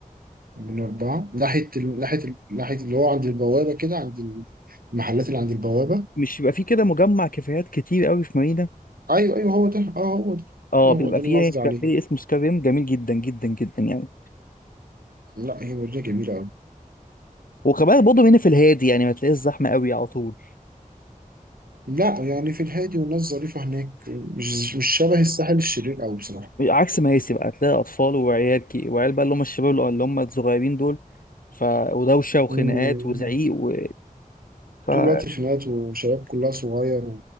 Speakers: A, on the right; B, on the left.
A: من اربعه ناحيه ال... ناحيه ال... ناحيه اللي هو عند البوابه كده عند المحلات اللي عند البوابه
B: مش بيبقى فيه كده مجمع كافيهات كتير قوي في مارينا
A: ايوه ايوه هو ده اه هو ده
B: اه
A: هو
B: بيبقى
A: ده اللي
B: فيه
A: انا قصدي
B: كافيه
A: عليه
B: اسمه سكاي ريم جميل جدا جدا جدا يعني
A: لا هي مدينه جميله قوي
B: وكمان برضه هنا في الهادي يعني ما تلاقيش زحمة قوي على طول
A: لا يعني في الهادي والناس ظريفه هناك مش مش شبه الساحل الشرير قوي بصراحه
B: عكس مياسي بقى تلاقي اطفال وعيال كي وعيال بقى اللي هم الشباب اللي اللي هم الصغيرين دول ف ودوشه وخناقات
A: مم.
B: وزعيق و... ف ف
A: طول الوقت خناقات وشباب كلها صغير